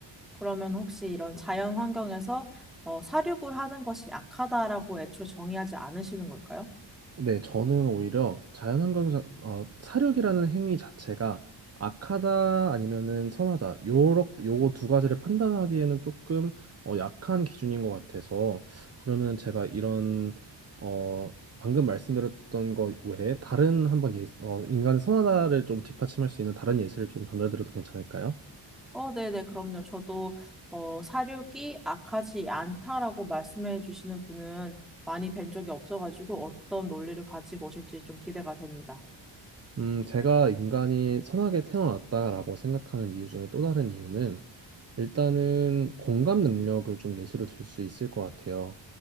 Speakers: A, in the centre; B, on the right (about 35°).
A: 그러면 혹시 이런 자연 환경에서 어, 사육을 하는 것이 악하다라고 애초에 정의하지 않으시는 걸까요?
B: 네, 저는 오히려 자연환경, 어, 사륙이라는 행위 자체가 악하다 아니면은 선하다, 요렇, 요거 두 가지를 판단하기에는 조금 어, 약한 기준인 것 같아서, 그러면 제가 이런, 어, 방금 말씀드렸던 것 외에 다른 한번 예, 어, 인간의 선하다를 좀 뒷받침할 수 있는 다른 예시를 좀 전달드려도 괜찮을까요?
A: 어, 네네, 그럼요. 저도 어, 사육이 악하지 않다라고 말씀해 주시는 분은 많이 뵌 적이 없어가지고 어떤 논리를 가지고 오실지 좀 기대가 됩니다.
B: 음, 제가 인간이 선하게 태어났다라고 생각하는 이유 중에 또 다른 이유는 일단은 공감 능력을 좀 예시로 들 수 있을 것 같아요.